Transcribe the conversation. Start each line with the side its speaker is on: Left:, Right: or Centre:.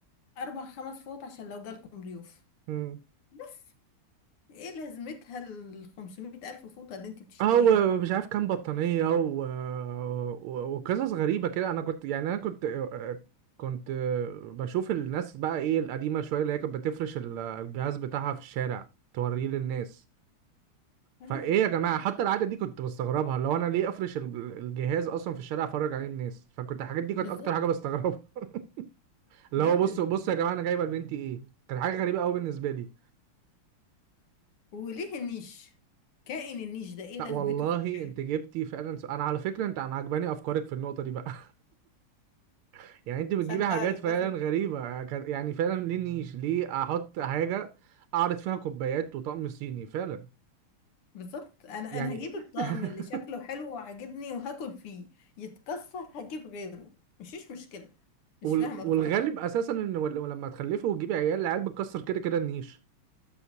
Left: أربع خمس فوط عشان لو جالكم ضيوف
Right: مم.
Left: بس ايه لازمتها ال 500 ألف فوطة اللي انت بتشتريهم
Right: او
Left: دول
Right: مش عارف كام بطانيه و... و... وقصص غريبه كده انا كنت يعني انا كنت كنت بشوف الناس بقى ايه القديمه شويه اللي هي كانت بتفرش ال- الجهاز بتاعها في الشارع توريه للناس
Left: آه،
Right: فايه يا جماعه حتى العاده دي كنت بستغربها اللي هو انا ليه افرش ال- الجهاز اصلا في الشارع افرج عليه الناس فكنت الحاجات دي كانت
Left: بالظبط
Right: اكتر حاجه بستغربها <laughs> اللي
Left: جدا
Right: هو بصوا بصوا يا جماعه انا جايبه لبنتي ايه كانت حاجه غريبه قوي بالنسبه لي
Left: وليه النيش كائن النيش ده ايه
Right: لا
Left: لازمته
Right: والله
Left: في الحياة
Right: انت جبتي فعلا س- انا على فكره انت انا عجباني افكارك في النقطه دي بقى <laughs> يعني انت بتجيبي
Left: عشان
Right: حاجات
Left: تعرف
Right: فعلا
Left: بس
Right: غريبه كان- يعني فعلا ليه نيش ليه احط حاجه اعرض فيها كوبايات وطقم صيني فعلا
Left: بالظبط انا
Right: يعني
Left: انا هجيب الطقم
Right: <laughs>
Left: اللي شكله حلو وعاجبني وهاكل فيه يتكسر هجيب غيره مفيش مشكلة
Right: وال-
Left: مش فاهمة
Right: والغالب
Left: بصراحة
Right: اساسا ان ول- لما تخلفي وتجيبي عيال العيال بتكسر كده كده النيش